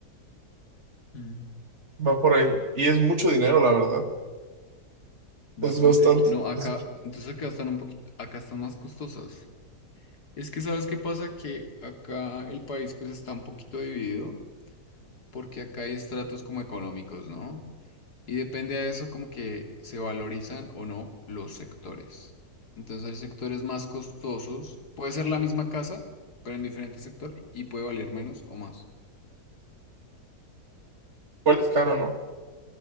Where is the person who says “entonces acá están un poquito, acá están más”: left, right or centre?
Left